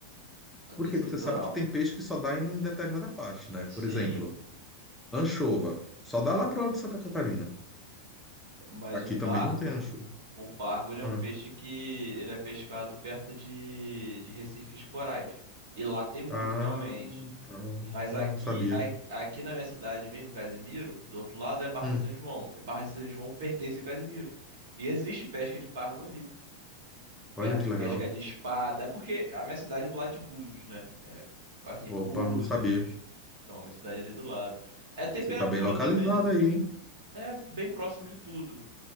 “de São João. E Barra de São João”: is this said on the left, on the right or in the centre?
Right